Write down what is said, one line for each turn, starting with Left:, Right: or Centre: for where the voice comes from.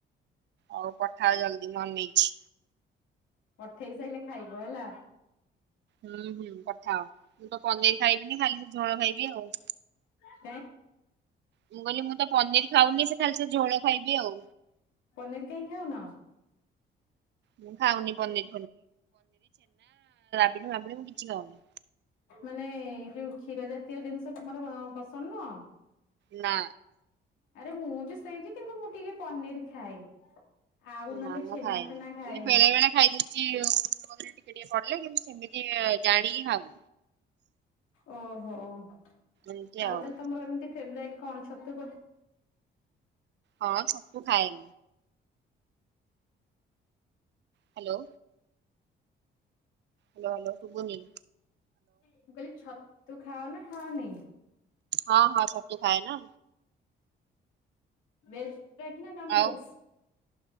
Right: ହଉ କଥା ଜଲ୍ଦି ମୁଁ ଅନେଇଛି।
Left: ପଠେଇ ସାରିଲେ ଖାଇବ ହେଲା।
Right: ହୁଁ ହୁଁ ପଥାଅ ମୁଁ ତ ପନିର ଖାଇବିନି ଖାଲି ସେ ଝୋଳ ଖାଇବି ଆଉ।
Left: <inaudible>
Right: ମୁଁ କହିଲି ମୁଁ ତ ପନିର ଖାଉନି ସେ ଖାଲି ସେ ଝୋଳ ଖାଇବି ଆଉ।
Left: ପନିର କାହିଁ ଖାଉନ?
Right: ମୁଁ ଖାଉନି ପନିର ମଣ ମୁ କିଛି କାଉନି।
Left: ମାନେ ଏଇ ଯୋଉ କ୍ଷୀର ଜାତୀୟ ଜିନିଷ ତମର ପସନ୍ଦ ନୁହଁ?
Right: ନା।
Left: ଆରେ ମୁଁ ବି ସେଇଛି କିନ୍ତୁ ମୁଁ ଟିକେ ପନିର ଖାଏ। ଆଉ ନହେଲେ
Right: ନା ମୁଁ
Left: ଛେନା
Right: ଖାଏନି
Left: ଫେନା ଖାଏନି।
Right: ଏମିତି ବେଳେ ବେଳେ ଖାଇଦଉଛି ଟିକେ ଟିକେ ପଡିଲେ କିନ୍ତୁ ସେମିତି ଜାଣିକି ହବ
Left: ଓହୋ ଆଉ
Right: ଏମିତି ଆଉ
Left: ତାହେଲେ ତମର ଏମିତି ଫେବରାଇଟ୍ କଣ ଛତୁପତି?
Right: ହଁ ସବୁ ଖାଏ। ହ୍ୟାଲୋ। ହ୍ୟାଲୋ ହ୍ୟାଲୋ ଶୁବୁନି।
Left: ମୁଁ କହିଲି ଛତୁ ଖାଅ ନା ଖାଅନି?
Right: ହଁ ହଁ ଛତୁ ଖାଏ ନା।
Left: ଭେଜ ପେଟ ନା ନନ
Right: ଆଉ
Left: ଭେଜ?